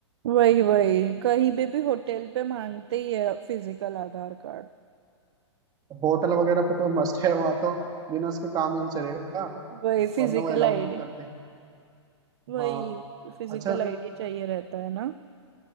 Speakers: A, on the right; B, on the right.
A: वही वही कहीं भी भी होटल पे मांगते ही है फिजिकल आधार कार्ड
B: होटल वगैरह पे तो मस्ट है वहाँ तो बिना उसके काम ही नहीं चलेगा
A: वही फिजिकल
B: वरना वो अलाउड
A: आईडी
B: ही नहीं करते
A: वही
B: हाँ
A: फिजिकल
B: अच्छा
A: आईडी चाहिए रहता है ना